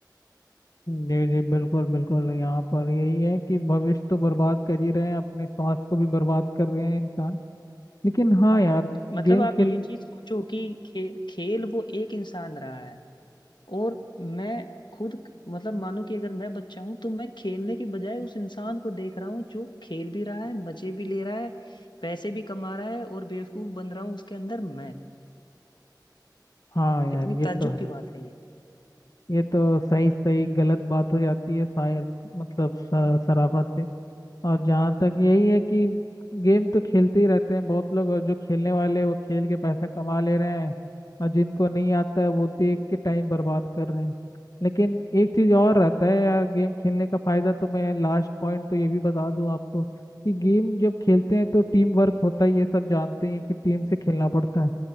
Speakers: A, on the left; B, on the left.
A: जी जी बिल्कुल बिल्कुल यहाँ पर यही है कि भविष्य तो बर्बाद कर ही रहे हैं अपने स्वास्थ्य को भी बर्बाद कर रहे हैं इंसान लेकिन हाँ यार गेम
B: मतलब आप
A: खेल
B: ये चीज सोचो कि खे, खेल वो एक इंसान रहा है और मैं खुद क- मतलब मानो कि अगर मैं बच्चा हूं तो मैं खेलने के बजाय उस इंसान को देख रहा हूँ जो खेल भी रहा है मजे भी ले रहा है पैसे भी कमा रहा है और बेवकूफ बन रहा हूँ उसके अंदर मैं
A: हाँ यार
B: कितनी
A: ये
B: ताज्जुब
A: तो है
B: की बात है ये
A: ये तो सही सही गलत बात हो जाती है शायद मतलब स- सराफत से और जहाँ तक यही है कि गेम तो खेलते ही रहते हैं बहुत लोग और जो खेलने वाले हैं, वो खेल के पैसा कमा ले रहे हैं और जिनको नहीं आता है वो देख के टाइम बर्बाद कर रहे हैं लेकिन एक चीज़ और रहता है यार गेम खेलने का फायदा तो मैं लास्ट पॉइंट तो ये भी बता दूं आपको कि गेम जब खेलते हैं तो टीम वर्क होता है ये सब जानते हैं कि टीम से खेलना पड़ता है